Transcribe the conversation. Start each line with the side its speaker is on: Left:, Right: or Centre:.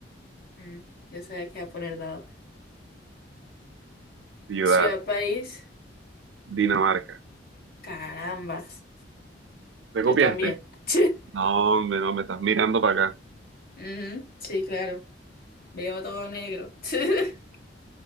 Left: Mm, yo sabía que iba a poner dado.
Right: ciudad,
Left: Ciudad, país.
Right: Dinamarca.
Left: Carambas.
Right: ¿Te
Left: Yo
Right: copiaste?
Left: también. <laughs>
Right: No, hombre, no, me estás mirando para acá.
Left: Mm, sí, claro. Veo todo negro. <laughs>